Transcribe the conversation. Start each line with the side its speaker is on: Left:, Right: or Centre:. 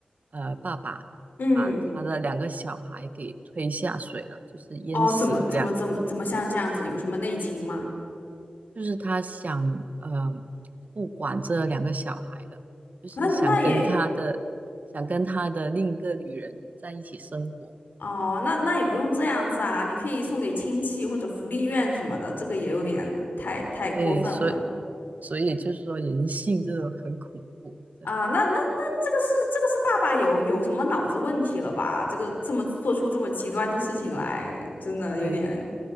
Right: 呃爸爸
Left: 嗯，
Right: 把他的两个小孩给推下水了，就是淹死了两
Left: 哦，怎么怎么怎么怎么像这样子？有什么内情吗？
Right: 就是他想呃不管这两个小孩了，就是想跟他的想跟他的另一个女人在一起生活。
Left: 那那也哦，那那也不用这样子啊，你可以送给亲戚或者福利院什么的，这个也有点太太过分了。
Right: 对，所以所以就是说人性这种很恐怖，真的
Left: 啊，那那那这个是这个是爸爸有有什么脑子问题了吧？这个这么做出这么极端的事情来，真的有点，
Right: 对